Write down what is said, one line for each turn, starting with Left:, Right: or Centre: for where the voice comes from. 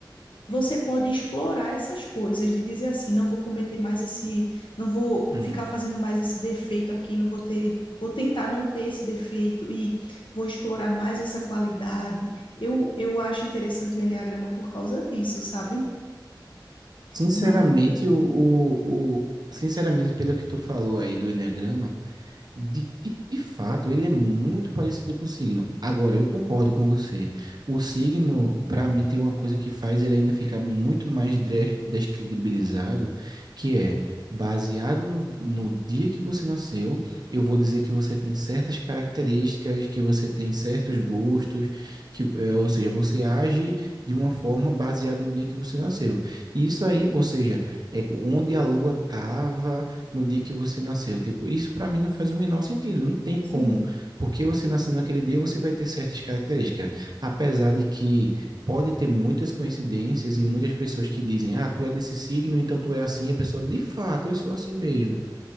Left: você pode explorar essas coisas, de dizer assim, não vou cometer mais esse, não vou
Right: hum.
Left: ficar fazendo mais esse defeito aqui, não vou ter, vou tentar não ter esse defeito e vou explorar mais essa qualidade. Eu, eu acho interessante o enneagrama por causa disso, sabe?
Right: Sinceramente,
Left: Mas,
Right: o, o, o- sinceramente, pelo que tu falou aí do Eneagrama, De, de fato, ele é muito parecido com o signo. Agora, eu concordo com você. O signo, para mim, tem uma coisa que faz ele ainda ficar muito mais dre- descredibilizado, que é baseado no, no dia que você nasceu, eu vou dizer que você tem certas características, que você tem certos gostos, que, eh, ou seja, você age de uma forma baseada no dia que você nasceu. Isso aí, ou seja, é onde a lua estava no dia que você nasceu. Tipo, isso para mim não faz o menor sentido, não tem como.
Left: sim,
Right: Porque você nascendo naquele dia, você vai ter certas características. Apesar de que pode ter muitas coincidências e muitas pessoas que dizem, ah, tu é desse signo, então tu é assim, a pessoa, de fato, eu sou assim mesmo.